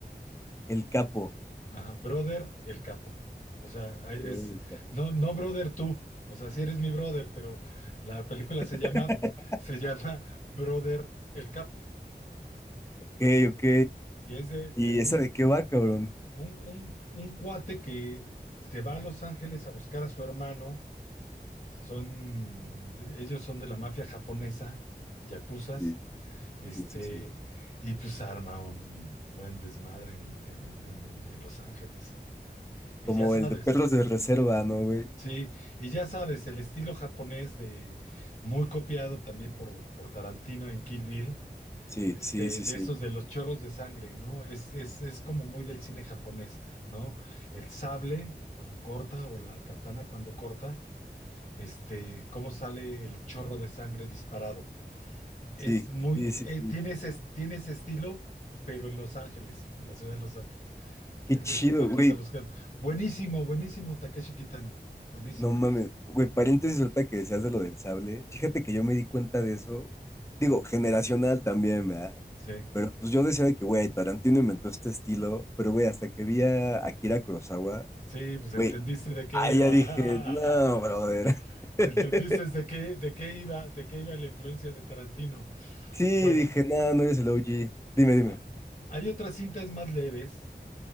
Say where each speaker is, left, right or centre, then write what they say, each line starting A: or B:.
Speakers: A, on the left; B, on the left.
A: El capo.
B: Ajá, brother, el capo. O sea, ahí
A: Pero
B: es,
A: el capo.
B: no, no brother tú. O sea, sí eres mi brother, pero la película se
A: <laughs>
B: llama, se llama Brother, el capo.
A: Ok, ok.
B: Y es de, de
A: ¿Y
B: un,
A: esa de qué va, cabrón?
B: un, un, un cuate que se va a Los Ángeles a buscar a su hermano. Son, ellos son de la mafia japonesa, yakuzas.
A: Sí,
B: Este,
A: sí, sí, sí.
B: y pues arma un buen desmadre en, en en- en Los Ángeles. Y
A: Como
B: ya sabes.
A: el de perros de reserva, ¿no, güey?
B: Sí, y ya sabes, el estilo japonés de muy copiado también por, por Tarantino en Kill Bill,
A: Sí,
B: este,
A: sí, sí,
B: de
A: sí.
B: esos de los chorros de sangre, ¿no? Es, es, es como muy del cine japonés, ¿no? El sable cuando corta o la katana cuando corta, este, cómo sale el chorro de sangre disparado. Es
A: Sí,
B: muy,
A: sí, sí,
B: eh,
A: sí.
B: tiene ese, tiene ese estilo, pero en Los Ángeles, en la ciudad de Los Ángeles.
A: Qué
B: Este
A: chido,
B: cuate
A: güey.
B: anda buscando. Buenísimo, buenísimo, Takeshi Kitano. Buenísimo.
A: No mames. Güey, paréntesis ahorita que decías de lo del sable. Fíjate que yo me di cuenta de eso. Digo, generacional también, ¿verdad?
B: Sí.
A: Pero pues yo decía de que, güey, Tarantino inventó este estilo. Pero, güey, hasta que vi a Akira Kurosawa,
B: Sí, pues entendiste
A: güey,
B: de qué
A: ahí
B: iba.
A: ya dije, no, brother.
B: <laughs>
A: <laughs>
B: ¿Entendiste de qué, de qué iba, de qué iba la influencia de Tarantino?
A: Sí,
B: Bueno,
A: dije, no, no eres el OG. Dime, dime.
B: a- hay otras cintas más leves,